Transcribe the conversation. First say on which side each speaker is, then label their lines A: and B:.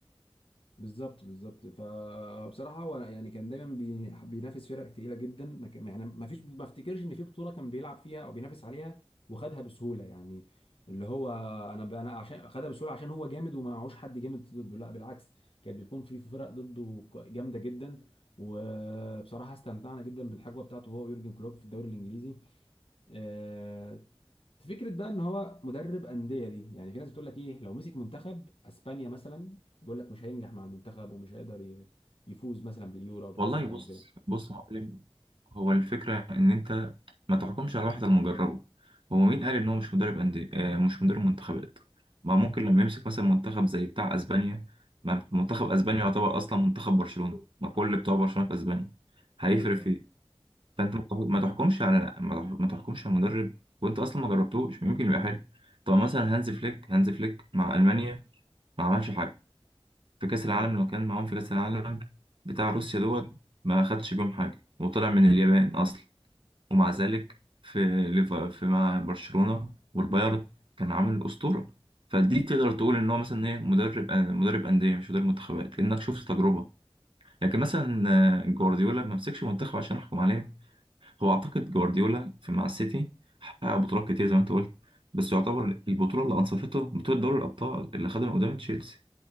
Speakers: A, on the left; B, on the right.
A: بالظبط بالظبط فبصراحه هو يعني كان دايما بي- بينافس فرق تقيله جدا ما كان- يعني ما فيش ما افتكرش ان في بطوله كان بيلعب فيها او بينافس عليها وخدها بسهوله يعني اللي هو انا ب- انا عشان خدها بسهوله عشان هو جامد وما معهوش حد جامد ضده لا بالعكس كانت بتكون في فرق ضده ك- جامده جدا وبصراحه استمتعنا جدا بالحقبه بتاعته هو ويورجن كلوب في الدوري الانجليزي آه، فكرة بقى ان هو مدرب أندية دي يعني في ناس بتقول لك ايه لو مسك منتخب اسبانيا مثلا بيقول لك مش هينجح مع المنتخب ومش هيقدر ي- يفوز مثلا باليورو او بكأس
B: والله
A: العالم
B: بص
A: وكده
B: بص يا معلم هو الفكرة إن أنت ما تحكمش على واحد إلا لما تجربه هو مين قال إن هو مش مدرب أندية آه، مش مدرب منتخبات ما ممكن لما يمسك مثلا منتخب زي بتاع أسبانيا ما منتخب أسبانيا يعتبر أصلا منتخب برشلونة ما كل بتوع برشلونة في أسبانيا هيفرق
A: ايوه
B: في إيه فأنت ما تح- ما تحكمش على ما تح- ما تحكمش على مدرب وأنت أصلا ما جربتوش ممكن يبقى حلو طب مثلا هانز فليك هانز فليك مع ألمانيا ما عملش حاجة في كأس العالم
A: ايوه
B: لما كان معاهم في كأس العالم بتاع روسيا دوت ما خدش بيهم حاجة وطلع من اليابان أصلا ومع ذلك في ليف- في مع برشلونة والبايرن كان عامل أسطورة فدي تقدر تقول إن هو مثلا إيه مدرب مدرب أندية مش مدرب منتخبات لأنك شفت تجربة لكن مثلا آه، جوارديولا ما مسكش منتخب عشان أحكم عليه هو أعتقد جوارديولا في مع السيتي حقق بطولات كتير زي ما أنت قلت بس يعتبر البطولة اللي أنصفته بطولة دوري الأبطال اللي خدها من قدام تشيلسي